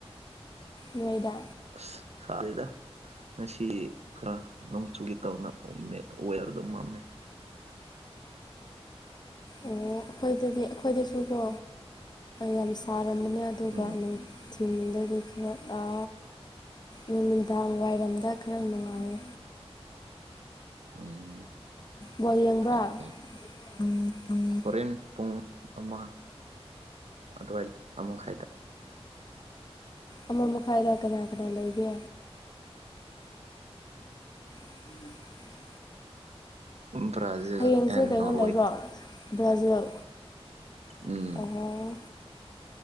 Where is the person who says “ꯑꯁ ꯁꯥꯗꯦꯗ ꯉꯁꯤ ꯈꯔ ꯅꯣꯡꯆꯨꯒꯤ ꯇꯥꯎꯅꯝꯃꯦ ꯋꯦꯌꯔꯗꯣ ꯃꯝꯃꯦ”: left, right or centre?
Right